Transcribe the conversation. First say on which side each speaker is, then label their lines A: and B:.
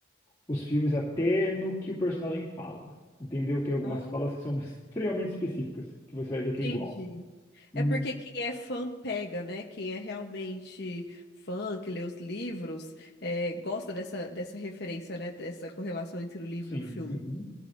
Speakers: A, on the left; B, on the left.
A: os filmes, até no que o personagem fala. Entendeu? Tem algumas
B: Ah,
A: falas que são extremamente específicas, que você vai ver
B: Entendi.
A: que é igual. Hum,
B: É porque quem é fã pega, né? Quem é realmente fã, que lê os livros, é, gosta dessa, dessa referência, né? Dessa correlação entre o livro
A: sim.
B: e o filme.
A: uhum.